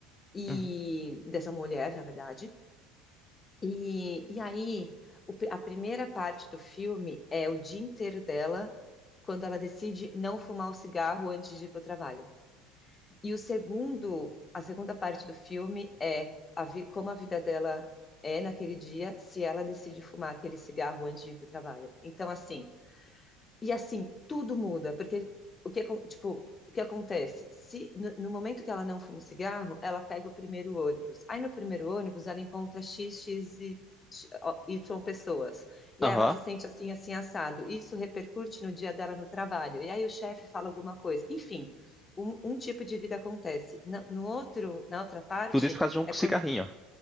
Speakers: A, on the left (about 20°); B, in the centre.
A: e
B: uhum.
A: dessa mulher, na verdade. E, e aí, o pri- a primeira parte do filme é o dia inteiro dela, quando ela decide não fumar o cigarro antes de ir para o trabalho. E o segundo, a segunda parte do filme é a vi- como a vida dela é naquele dia, se ela decide fumar aquele cigarro antes de ir para o trabalho. Então, assim. E assim, tudo muda, porque o que, acon- tipo, o que acontece? Se no, no momento que ela não fuma o cigarro, ela pega o primeiro ônibus. Aí no primeiro ônibus ela encontra X, X e X- ó, Y pessoas. E
B: Aham.
A: aí ela se sente assim, assim, assado. Isso repercute no dia dela no trabalho. E aí o chefe fala alguma coisa. Enfim, um, um tipo de vida acontece. Na- no outro, na outra parte,
B: Tudo isso por causa de um
A: é
B: cigarrinho.
A: quando